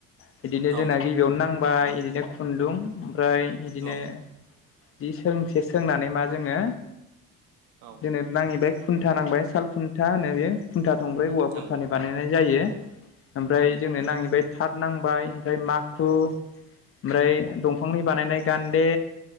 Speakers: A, on the left (about 45°); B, on the right (about 80°).
A: बिदिनो
B: औ
A: जोंना गिबियावनो नांबाय बिदिनो खुन्दुं ओमफ्राय बिदिनो
B: औ
A: जि सोंसे सोंनानै मा जोङो
B: औ
A: ना खुन्था नांबाय साल खुन्था होनो बेयो खुन्था थंब्रै औवा बुरखानि
B: औ
A: बानायनाय जायो ओमफ्राय
B: औ
A: जोंनो नांहैबाय थाथ नांबाय ओमफ्राय माखु ओमफ्राय दंफांनि बानायनाय गान्दे